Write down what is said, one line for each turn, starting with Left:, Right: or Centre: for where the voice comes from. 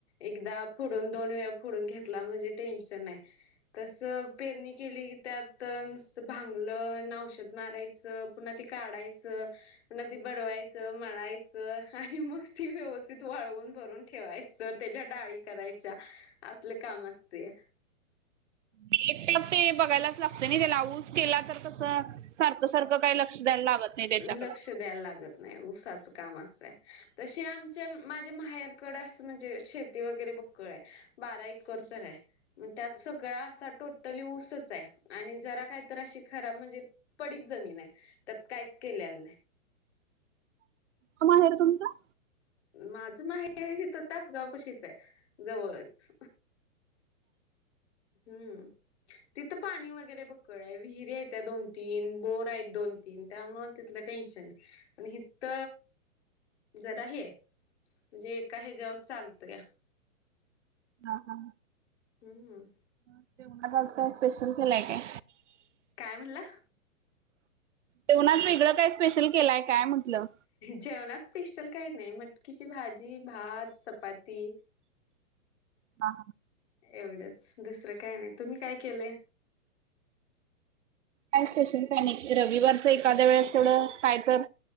Left: एकदा फोडून दोन वेळा फोडून घेतला म्हणजे टेन्शन नाही. तस पेरणी केली त्यात नुसत भांगलन, औषध मारायच पुन्हा ती काढायच त बडवायच, मळायच आणि मग ती व्यवस्थित वाळवून भरून ठेवायच त्याज्या डाळी करायच्या. असल काम असतया.
Right: <unintelligible> ते बघायलाच लागतय ना त्याला ऊस केला तर कसं सारख सारख काय लक्ष द्यायला लागत नाही त्याच्याकडं.
Left: लक्ष द्यायला लागत नाही. ऊसाच काम असाय तशी आमच्या माझ्या माहेर कड असं म्हणजे शेती वगैरे बक्कळ आहे बारा एकर तर आहे मग त्यात सगळा असा टोटली ऊसच आहे आणि जरा काहीत अशी खराब म्हणजे पडीक जमीन आहे त्यात काहीच केलेलं नाही
Right: क मा आहे र तुमचं
Left: माझ माहे हि तर तासगाव पशीच आहे जवळच हम्म तिथं पाणी वगैरे बकळ आहे विहिरी्या आहेत त्या दोन तीन बोर आहेत दोन तीन त्यामुळे तिथलं टेन्शन आहे पण हित जरा हे म्हणजे एका ह्याच्यावर चालतं का
Right: हा हा
Left: हम्म
Right: जेवणात आज आणि काय स्पेशल केलाय काय
Left: काय म्हणला
Right: जेवनाच वेगळं काय स्पेशल केलाय काय म्हटलं
Left: जेवणात पेशल काही नाही मटकीची भाजी भात चपाती
Right: हा
Left: एवढंच दुसरं काय नाही तुम्ही काय केलं
Right: काय स्पेशल काय नाही रविवारचं एखाद्या वेळेस तेवढं काय तर